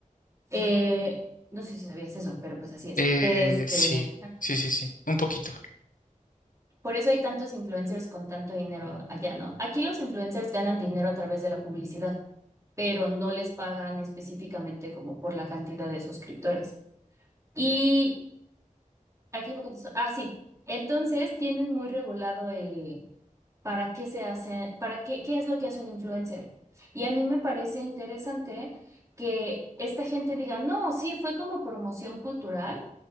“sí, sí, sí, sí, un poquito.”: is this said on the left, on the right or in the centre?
Left